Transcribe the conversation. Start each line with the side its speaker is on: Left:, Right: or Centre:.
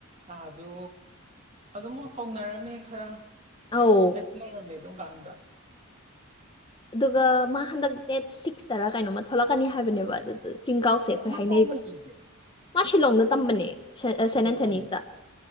Right: ꯑ ꯑꯗꯨ ꯑꯗꯨꯝ ꯀꯧꯅꯔꯅꯦ ꯈꯔ
Left: ꯑꯧ
Right: ꯑꯩꯁꯨ ꯂꯩꯔꯝꯃꯦ ꯑꯗꯨꯝ ꯀꯥꯟꯗ
Left: ꯑꯗꯨꯒ ꯃꯥ ꯍꯟꯗꯛ ꯗꯦꯠ ꯁꯤꯛꯁꯇꯔ ꯀꯩꯅꯣꯃ ꯊꯣꯛꯂꯛꯀꯅꯤ ꯍꯥꯏꯕꯅꯦꯕ ꯑꯗꯨꯗ ꯆꯤꯡꯀꯥꯎꯁꯦ ꯑꯩꯈꯣꯏ
Right: ꯑꯃ
Left: ꯍꯥꯏꯅꯩꯕ
Right: ꯀꯥꯏ ꯂꯩꯈꯤꯒꯦ
Left: ꯃꯥ ꯁꯤꯂꯣꯡꯗ ꯇꯝꯕꯅꯦ ꯁꯦꯟ
Right: ꯀꯩ
Left: ꯑꯦꯟꯊꯅꯤꯁꯤꯇ
Right: ꯇꯝꯃꯤꯕ